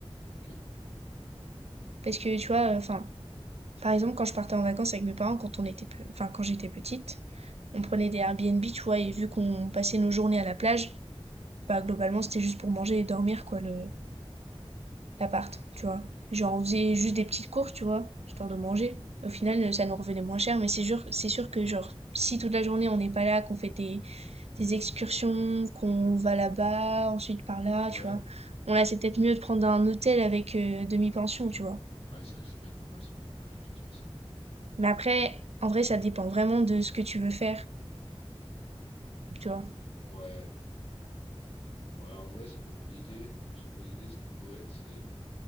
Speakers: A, on the left; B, on the right.
A: ok?
B: Parce que, tu vois, euh, enfin, par exemple, quand je partais en vacances avec mes parents, quand on était, pe- enfin, quand j'étais petite, on prenait des Airbnb, tu vois, et vu qu'on passait nos journées à la plage, bah, globalement, c'était juste pour manger et dormir, quoi, le, l'appart, tu vois. Genre, on faisait juste des petites courses, tu vois, histoire de manger. Au final, euh, ça nous revenait moins cher, mais c'est sûr, c'est sûr que, genre, si toute la journée on n'est pas là, qu'on fait des, des excursions, qu'on va là-bas, ensuite par là,
A: Ouais.
B: tu vois, bon là, c'est peut-être mieux de prendre un hôtel avec euh, demi-pension, tu vois.
A: Ouais, ça, ça peut être pas mal, ça peut être pas mal du tout de faire ça.
B: Mais après, en vrai, ça dépend vraiment de ce que tu veux faire, tu vois.
A: Ouais. Ouais, en vrai, ça peut être l'idée. Je pense qu'une bonne idée, ce qui pourrait être, c'est